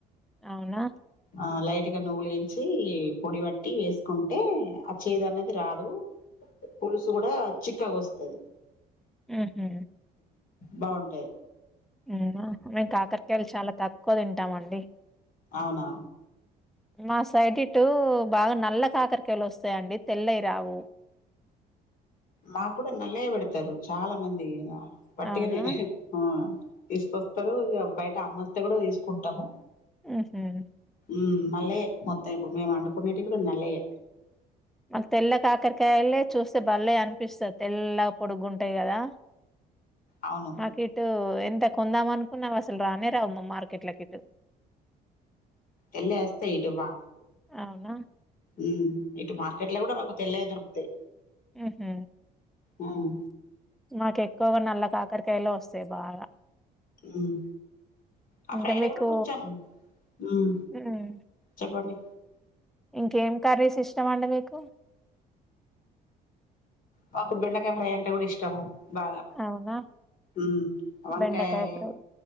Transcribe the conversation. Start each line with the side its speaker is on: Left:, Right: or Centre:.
Centre: అవునా
Left: ఆ లైట్ గా నువ్వులు వేంచి పొడి పట్టి వేసుకుంటే ఆ చేదు అనేది రాదు. పులుసు కూడా చిక్కగా వస్తది.
Centre: ఆహ
Left: బావుంటాయి.
Centre: నేనా మేము కాకరకాయలు చాలా తక్కువ తింటామండి.
Left: అవునా
Centre: మా సైడ్ ఇటు బాగా నల్ల కాకరికాయలు వస్తాయండి. తెల్లయి రావు.
Left: మాకు కూడా నల్లయ పెడతారు చాలా మంది వాట్టిగనే
Centre: అవునా?
Left: ఆ తీస్ కొస్తరు ఇగ బయట అమోస్తే గుడా దిస్ కుంటము
Centre: హుమ్
Left: ఉమ్ నల్లయే మొత్తం ఇపుడు మేమ్ అండుకునేటి కూడా నల్లయే
Centre: మాకు తెల్ల కాకరకాయలే చూస్తే బళ్లే అనిపిస్తది తెల్ల పొడుగుంటాయి గదా
Left: అవును
Centre: నాకు ఇటు ఎ ఎంత కొందాం అనుకున్నా అసలు రానే రావమ్మా మార్కెట్లకి ఇటు.
Left: ఎలయి యాస్తయ్ యిటుబా
Centre: ఔనా
Left: ఉమ్ ఇటు మార్ కేట్ లో కూడా మాక్ తేలాయి దొరుకుతయి
Centre: ఉహ్
Left: మమ్
Centre: మాక్ ఎక్కుగా నల్ల కాకరకాయ్ లో ఓస్తయి బాగా
Left: ఉమ్ ఆ
Centre: ఇంకా
Left: పైడా
Centre: మీకు
Left: గుడా కొంచమ్ ఉమ్
Centre: హ్మ్.
Left: చెప్పండి
Centre: ఇంకేమ్ కర్రీస్ ఇష్టమండి మీకు
Left: మాకు బెండకాయ ఫ్రై అంటే కూడా ఇష్టము బాగా
Centre: అవునా?
Left: ఉమ్ వంకయి
Centre: బెండకాయ ఫ్రై.